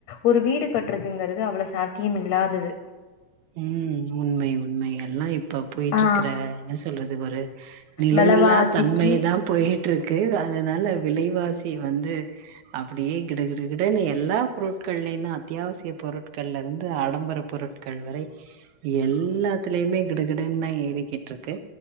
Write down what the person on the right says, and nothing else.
உம் உண்மை உண்மை எல்லா இப்ப போயிட்ருக்கற
என்ன சொல்றது ஒரு நிலையில்லா
தன்மை தா போயிட்ருக்கு <unintelligible> அதனால விலைவாசி வந்து அப்படியே கிடு கிடு கிடுன்னு எல்லா பொருட்கள்லயு தா அத்தியாவசிய பொருட்கள்லருந்து ஆடம்பர பொருட் கள்வரை எல்லாத்லயுமே கிடு கிடுன் தா ஏறிக்கிட்ருக்கு